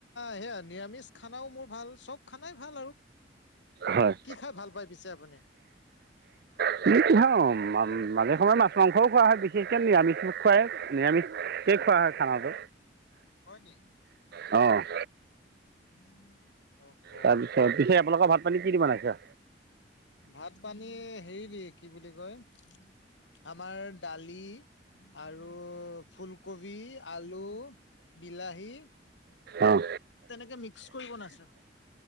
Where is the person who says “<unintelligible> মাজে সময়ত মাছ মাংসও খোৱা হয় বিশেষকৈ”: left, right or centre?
Right